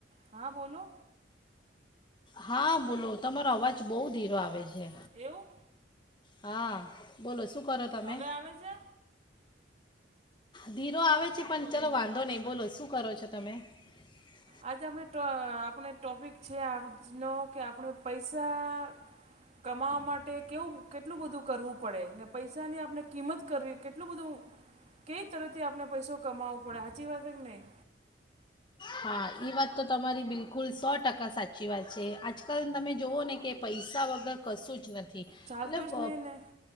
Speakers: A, on the right; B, on the left.
A: હા બોલો
B: હા બોલો તમારો અવાજ બહુ ધીરો આવે છે,
A: એવું.
B: હા. બોલો શું કરો તમે?
A: હવે આવે છે
B: ધીરો આવે છે, પણ ચલો વાંધો નહીં બોલો શું કરો છો, તમે. <unintelligible> <inaudible>
A: આજે આપણે આપણે ટોપિક છે, આજનો કે આપણે પૈસા કમાવા માટે કેવું કેટલું બધું કરવું પડે ને પૈસાની આપણે કિંમત કરવી કેટલું બધું કેઈ તરફથી આપણે પૈસો કમાવો પડે સાચી વાત કે નહીં?
B: હાએ વાત તો તમારી બિલકુલ સો ટકા સાચી વાત છે, આજકાલ તમે જોવો ને કે, પૈસા વગર કશું જ નથી.
A: ચાલતો
B: મતલબ
A: જ નહીં ને